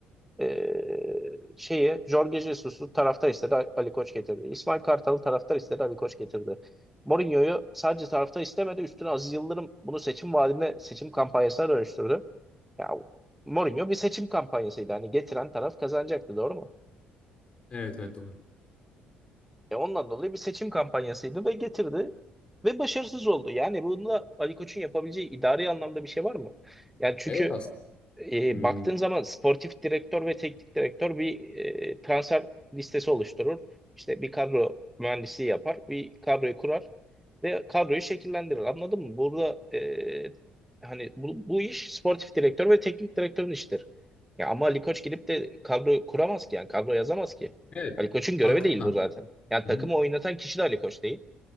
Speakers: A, in the centre; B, on the left.
A: Eee, şeyi Jorge Jesus'u taraftar istedi. Ali Koç getirdi. İsmail Kartal'ı taraftar istedi. Ali Koç getirdi. Mourinho'yu sadece taraftar istemedi. Üstüne Aziz Yıldırım bunu seçim vaadine, seçim kampanyasına dönüştürdü. Ya Mourinho bir seçim kampanyasıydı. Hani getiren taraf kazanacaktı. Doğru mu?
B: Evet evet doğru.
A: E ondan dolayı bir seçim kampanyasıydı ve getirdi ve başarısız oldu. Yani bunda Ali Koç'un yapabileceği idari anlamda bir şey var mı? Yani çünkü
B: Evet aslında.
A: e,
B: Hmm,
A: baktığın zaman sportif direktör ve teknik direktör bir e, transfer listesi oluşturur. İşte bir kadro mühendisliği yapar, bir kadroyu kurar ve kadroyu şekillendirir. Anladın mı? Burada e, hani bu, bu iş sportif direktör ve teknik direktörün işidir. Ya ama Ali Koç gidip de kadro kuramaz ki yani kadro yazamaz ki.
B: evet.
A: Ali Koç'un görevi
B: Haklısın.
A: değil bu zaten. Yani
B: Hı
A: takımı oynatan kişi de Ali Koç değil.